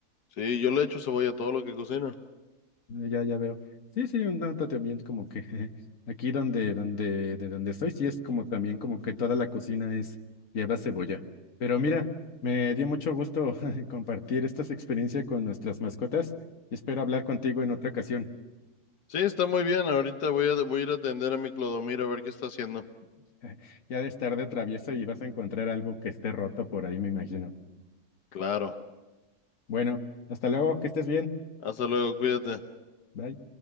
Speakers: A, on the left; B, on the left.
A: sí, yo le echo cebolla a todo lo que cocina.
B: Ah, Ya, ya veo. Sí, sí, un dato también como que <laughs> aquí donde, donde, de donde soy, sí es como también como que toda la cocina es lleva cebolla. Pero mira, me dio mucho gusto <laughs> compartir estas experiencias con nuestras mascotas y espero hablar contigo en otra ocasión.
A: Sí, está muy bien. Ahorita voy a, voy a ir a atender a mi Clodomiro a ver qué está haciendo.
B: <laughs> Ya de estar de travieso y vas a encontrar algo que esté roto por ahí, me imagino.
A: Claro.
B: Bueno, hasta luego, que estés bien.
A: Hasta luego, cuídate.
B: Bye.